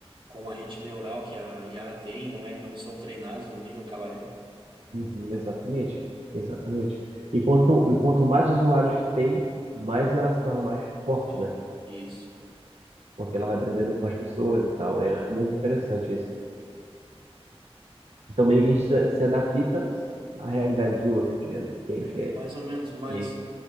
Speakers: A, on the right; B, on the right.
A: com a rede neural que a IA tem, não é, não são treinados no nível que ela é.
B: Uhum, exatamente, exatamente. Enquanto, e quanto mais usuários que tem, mais ela se torna mais forte, né?
A: Isso.
B: Porque ela vai aprendendo com as pessoas e tal, é, é muito interessante isso. Então meio que a gente se se adapta à realidade de hoje em dia, né? Que, é-
A: É,
B: que é,
A: mais ou menos, mas
B: é isso.